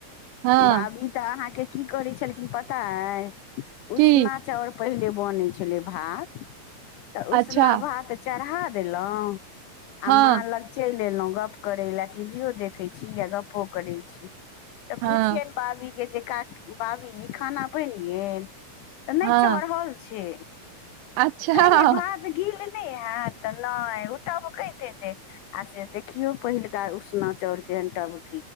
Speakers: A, on the right; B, on the left.
A: हँ
B: बाबी तऽ अहाँके की करै छलखिन पता ऐहि उसना
A: की
B: चाउर पहिले बनै छलै भात तऽ
A: अच्छा
B: उसना भात चढ़ा देलहुॅं
A: हँ
B: आ माँ लग चलि एलहुॅं गप करै लए टीभीयो देखैत छी आ गप्पो करै छी तऽ
A: हँ
B: पूछियनि बाबी के जे <unintelligible> बाबी खाना बनि गेल? तऽ नहि
A: हँ
B: चढ़ल छै।
A: अच्छा
B: ऐं यै भात गील नहि हत तऽ नहि उ टभकैत हेतै आ से देखियौ पहिलका उसना चाउर केहेन टभकै